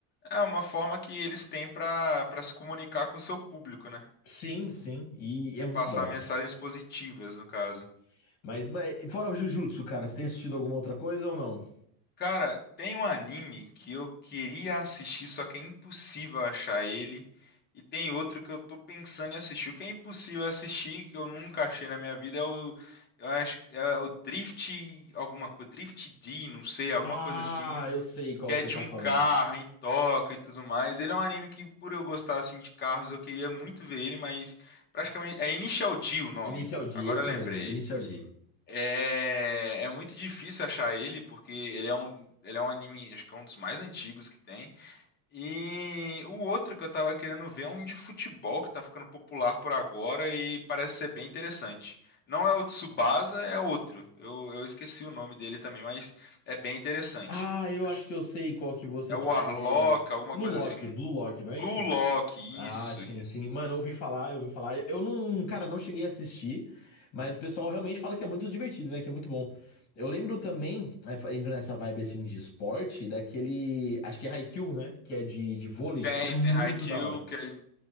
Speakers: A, on the left (about 25°); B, on the left (about 40°).
A: É uma forma que eles têm pra para se comunicar com o seu público, né?
B: Sim, sim, e
A: E
B: é muito
A: passar
B: da hora.
A: mensagens positivas, no caso.
B: Uhum. Mas, mas fora o Jujutsu, cara, você tem assistido alguma outra coisa ou não?
A: Cara, tem um anime que eu queria assistir, só que é impossível achar ele. E tem outro que eu tô pensando em assistir. O que é impossível assistir, que eu nunca achei na minha vida, é o. Eu acho que é o Drift. Alguma coisa. Drift D, não sei, alguma
B: Ah,
A: coisa assim.
B: eu sei qual
A: Que
B: que
A: é
B: você
A: de
B: tá
A: um
B: falando.
A: carro em Tóquio e tudo mais. Ele é um anime que, por eu gostar assim de carros, eu queria muito ver ele, mas praticamente. É Initial D o nome.
B: Inicial D,
A: Agora
B: esse
A: eu lembrei.
B: mesmo, Inicial D.
A: É, é muito difícil achar ele, porque ele é um, ele é um anime, acho que é um dos mais antigos que tem. E o outro que eu tava querendo ver é um de futebol que tá ficando popular por agora e parece ser bem interessante. Não é o Tsubasa, é outro. Eu, eu esqueci o nome dele também, mas é bem interessante.
B: Ah, eu
A: Acho-
B: acho que eu sei qual que você
A: É
B: tá.
A: o Arlock,
B: É...
A: alguma
B: Blue
A: coisa
B: Lock,
A: assim.
B: Blue Lock, não é
A: Blue
B: isso?
A: Lock,
B: Ah,
A: isso,
B: sim,
A: isso.
B: sim. Mano, eu ouvi falar, eu ouvi falar. Eu não, cara, não cheguei a assistir, mas o pessoal realmente fala que é muito divertido, né? Que é muito bom. Eu lembro também, é, indo nessa vibe assim de esporte, daquele, acho que é Haikyuu, né? Que é de, de vôlei,
A: Tem,
B: que é muito
A: tem Haikyuu,
B: da hora.
A: que é-